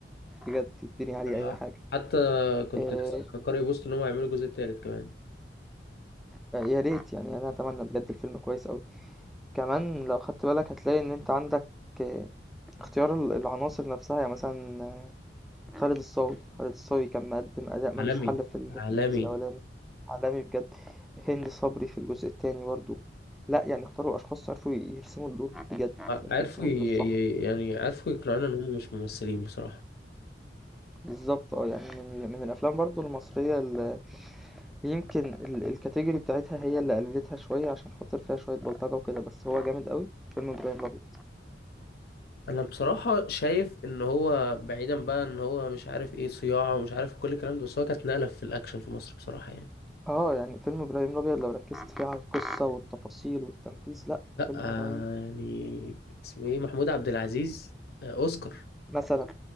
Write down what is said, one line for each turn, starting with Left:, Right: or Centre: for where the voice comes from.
Centre: بجد يتبني عليه
Left: آه،
Centre: أي حاجة
Left: حتى كنت
Centre: إيه،
Left: لسه قارئ بوست ان هم يعملوا الجزء الثالث كمان
Centre: بقى يا ريت يعني أنا أتمنى بجد الفيلم كويس أوي كمان لو خدت بالك هتلاقي ان انت عندك آه، اختيار ال- العناصر نفسها يعني مثلا آه، خالد الصاوي خالد الصاوي كان مقدم اداء ملوش
Left: عالمي
Centre: حل في ال-
Left: عالمي
Centre: في الجزء الاولاني عالمي بجد هند صبري في الجزء التاني برضو لا يعني اختاروا اشخاص عرفوا يرسموا الدور بجد عرفوا
Left: آه، عرفوا
Centre: يرسموا
Left: ي... ي-
Centre: الدور صح
Left: يعني عرفوا يقنعونا ان هم مش ممثلين بصراحة
Centre: بالظبط اه يعني من ال- من الافلام برضو المصريه اللي يمكن ال- الكاتيجوري بتاعتها هي اللي قللتها شويه عشان خاطر فيها شويه بلطجه وكده بس هو جامد قوي فيلم ابراهيم الابيض
Left: انا بصراحة شايف ان هو بعيدا بقى ان هو مش عارف ايه صياعة ومش عارف كل الكلام ده بس هو كانت نقلة في الاكشن في مصر بصراحة يعني
Centre: اه يعني فيلم ابراهيم الابيض لو ركزت فيه على القصه والتفاصيل والتنفيذ لا
Left: لا
Centre: فيلم
Left: آه،
Centre: رهيب
Left: يعني
Centre: رهيب
Left: اسمه ايه محمود عبد العزيز آه، اوسكار
Centre: مثلا